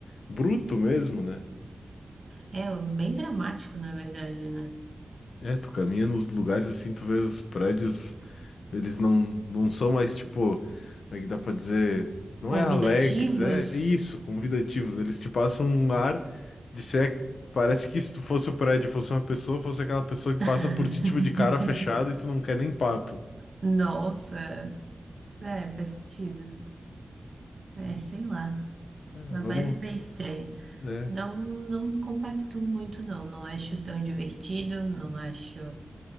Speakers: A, on the left; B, on the right.
A: bruto mesmo, né?
B: É bem dramático, na verdade, né?
A: É, tu caminha nos lugares assim, tu vê os prédios Eles não, não são mais, tipo, como é que dá pra dizer? Não
B: Convidativos.
A: é alegres, é, é isso, convidativos. Eles te passam um ar de ser. Parece que se tu fosse o prédio, fosse uma pessoa, fosse aquela pessoa que
B: <laughs>
A: passa por ti, tipo, de cara fechada e tu não quer nem papo.
B: Nossa, é, faz sentido. É, sei lá,
A: É,
B: uma
A: vamos.
B: vibe meio estranha.
A: É.
B: Não, não compactuo muito, não. Não acho tão divertido, não acho.